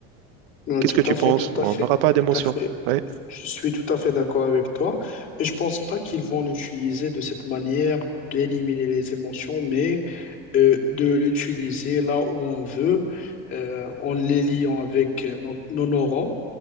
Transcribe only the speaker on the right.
Qu'est-ce
que tu
penses?
On
n'aura pas d'émotions.
Ouais.